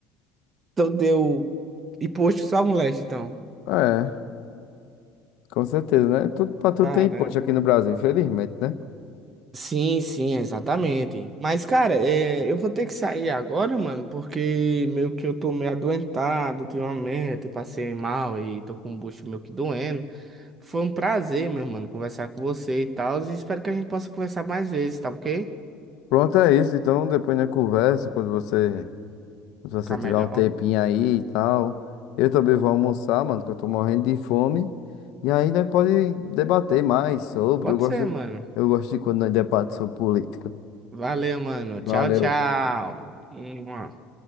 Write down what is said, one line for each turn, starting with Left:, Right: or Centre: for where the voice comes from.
Right: então deu imposto só moleque, então.
Left: É, com certeza, né? Tudo pra tudo
Right: Caramba.
Left: tem imposto aqui no Brasil, infelizmente, né?
Right: Sim, sim, exatamente. Mas, cara, é, eu vou ter que sair agora, mano, porque meio que eu tô meio adoentado ultimamente, passei mal e tô com o bucho meio que doendo. Foi um prazer, meu mano, conversar com você e tal, e espero que a gente possa conversar mais vezes, tá ok?
Left: Pronto, é isso. Então, depois na conversa, quando você. Se você
Right: Ficar
Left: tiver
Right: melhor.
Left: um tempinho aí e tal. Eu também vou almoçar, mano, que eu tô morrendo de fome. E aí nós pode debater mais sobre.
Right: Pode
Left: Eu gosto,
Right: ser, mano.
Left: eu gosto de quando nós debatemos sobre política.
Right: Valeu, mano. Tchau,
Left: Valeu.
Right: tchau. Mua.